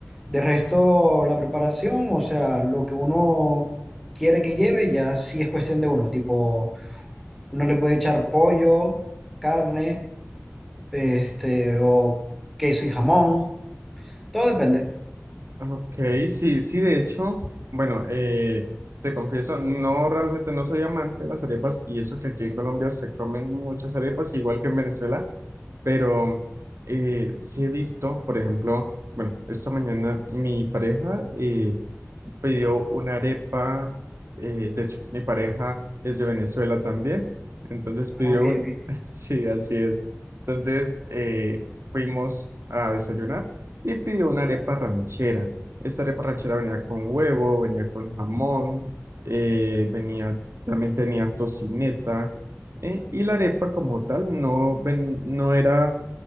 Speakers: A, in the centre; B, on the right.
A: de resto, la preparación, o sea, lo que uno quiere que lleve, ya sí es cuestión de uno, tipo, uno le puede echar pollo, carne, este, o queso y jamón, todo depende.
B: Ok, sí, sí, de hecho, bueno, eh, te confieso, no realmente no soy amante de las arepas y eso que aquí en Colombia se comen muchas arepas, igual que en Venezuela, pero eh, sí he visto, por ejemplo, bueno, esta mañana mi pareja eh, pidió una arepa, eh, de hecho, mi pareja es de Venezuela también, entonces pidió
A: Ah, Ok,
B: un,
A: ok.
B: <laughs> sí, así es. Entonces eh, fuimos a desayunar y pidió una arepa ranchera. Esta arepa ranchera venía con huevo, venía con jamón, eh, venía, también tenía tocineta, eh, y la arepa como tal no, ven, no era